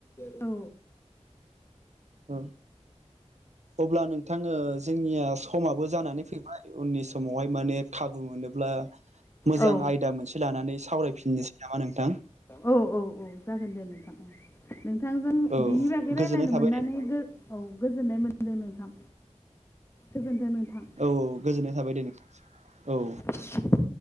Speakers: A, on the left; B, on the right.
A: आरो
B: औ। अब्ला नोंथाङो जोंनिया समाबो जानानै फैबाय उननि समावहाय माने खाबु मोनोब्ला मोजां
A: औ
B: आयदा मोनसे लानानै सावरायफिननोसै नामा नोंथां।
A: औ- औ- औ जागोन दे नोंथां औ। नोंथांजों
B: औ
A: बिनि बागै
B: गोजोननाय
A: राय्लायनो
B: थाबाय
A: मोननानै
B: दे
A: औ गोजोननाय मोनदों नोंथां। गोजोन्थो नोंथां।
B: औ -औ गोजोननाय थाबाय दे औ।
A: <inaudible>